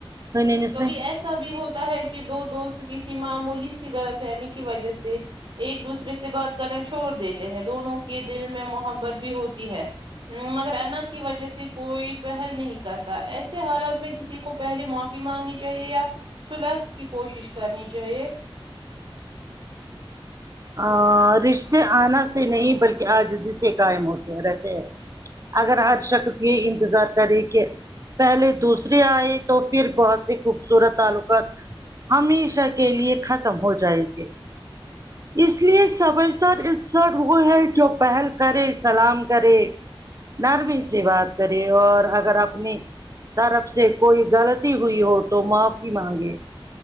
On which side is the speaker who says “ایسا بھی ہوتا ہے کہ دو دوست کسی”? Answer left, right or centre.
Right